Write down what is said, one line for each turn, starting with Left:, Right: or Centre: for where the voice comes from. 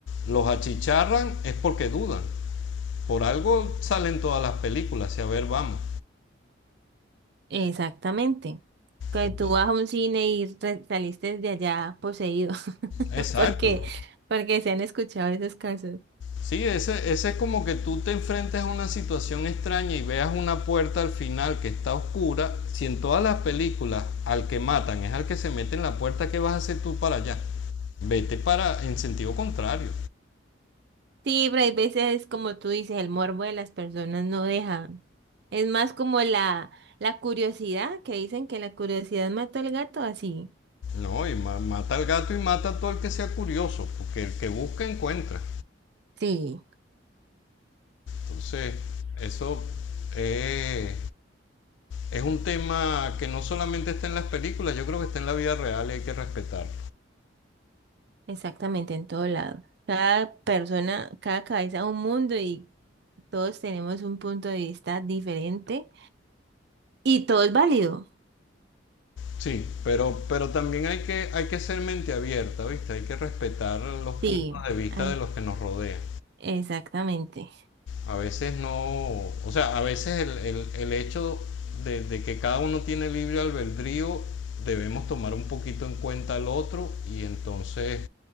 Left: los achicharran es porque dudan Por algo salen todas las películas y a ver, vamos.
Right: Exactamente. Que
Left: Entonces,
Right: tú vas a un cine y re- saliste de allá poseído, <laughs>
Left: exacto.
Right: porque, porque se han escuchado esos casos.
Left: Sí, ese, ese es como que tú te enfrentes a una situación extraña y veas una puerta al final que está oscura. Si en todas las películas al que matan es al que se mete en la puerta, ¿qué vas a hacer tú para allá? Vete para en sentido contrario.
Right: Sí, pero hay veces, como tú dices, el morbo de las personas no deja. Es más como la, la curiosidad, que dicen que la curiosidad mató al gato, así.
Left: No, y ma- mata al gato y mata a todo el que sea curioso, porque el que busca encuentra.
Right: Sí,
Left: Entonces, eso es Es un tema que no solamente está en las películas, yo creo que está en la vida real y hay que respetarlo.
Right: exactamente, en todo lado. Cada persona, cada cabeza un mundo y todos tenemos un punto de vista diferente y todo es válido.
Left: Sí, pero, pero también hay que, hay que ser mente abierta, ¿viste? Hay que respetar los puntos
Right: Sí,
Left: de vista
Right: ay,
Left: de los que nos rodean.
Right: exactamente,
Left: a veces no, o sea, a veces el, el, el hecho de, de, que cada uno tiene libre albedrío, debemos tomar un poquito en cuenta al otro y entonces